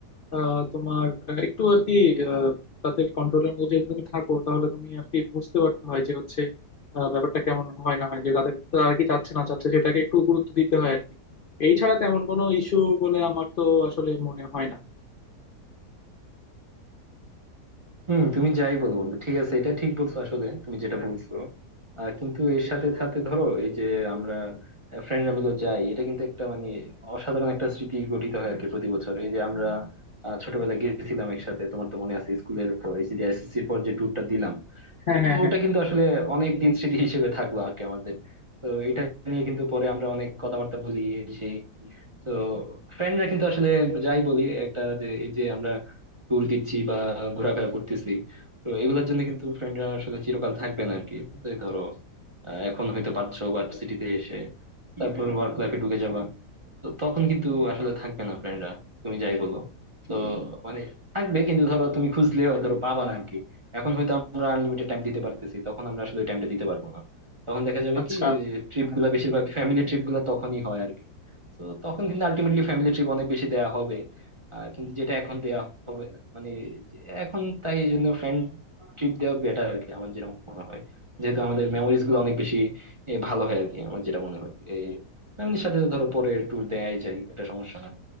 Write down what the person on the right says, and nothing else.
হুম তুমি যাই বলো বন্ধু ঠিক আছে এটা ঠিক বলছো আসলে তুমি যেটা বলছো আহ, কিন্তু এর সাথে সাথে ধরো এই যে আমরা ফ্রেন্ডরা মিলে যাই এটা কিন্তু একটা মানে অসাধারণ একটা স্মৃতি গঠিত হয় আর কি প্রতি বছর এই যে আমরা আহ, ছোটবেলায় গেছিলাম একসাথে তোমার তো মনে আছে স্কুলের পর এই যে এসএসসির পর যে ট্যুরটা দিলাম
তো
ওটা কিন্তু আসলে অনেক দিন স্মৃতি হিসেবে থাকলো আর কি আমাদের তো এটা নিয়ে কিন্তু পরে আমরা অনেক কথাবার্তা বলি এই সেই তো ফ্রেন্ডরা কিন্তু আসলে যাই বলি একটা যে এই যে আমরা ট্যুর দিচ্ছি বা ঘোরাফেরা করতেছি তো এগুলোর জন্য কিন্তু ফ্রেন্ডরা আসলে চিরকাল থাকবে না আর কি তো এই ধরো আহ, এখন হয়তো পারছো ভার্সিটিতে এসে তারপর ওয়ার্ক লাইফে ঢুকে যাবা তো তখন কিন্তু আসলে থাকবে না ফ্রেন্ডরা তুমি যাই বলো তো মানে থাকবে কিন্তু ধরো তুমি খুঁজলেও ধরো পাবা না আর কি এখন হয়তো আমরা আনলিমিটেড টাইম দিতে পারতেছি তখন আমরা আসলে ওই টাইমটা দিতে পারবো না তখন দেখা যাবে
কি ট্রিপ গুলা বেশিরভাগ ফ্যামিলি ট্রিপ গুলা তখনই হয় আর কি তো তখন কিন্তু আলটিমেটলি ফ্যামিলি ট্রিপ অনেক বেশি দেয়া হবে আহ, কিন্তু যেটা এখন দেয়া হবে মানে এখন তাই এই জন্য ফ্রেন্ড ট্রিপ দেওয়া বেটার আর কি আমার যেটা মনে হয় যেহেতু আমাদের মেমোরিজ গুলো অনেক বেশি এ, ভালো হয় আর কি আমার যেটা মনে হয় ফ্যামিলির সাথে তো ধরো পরে ট্যুর দেয়াই যায় এটা সমস্যা না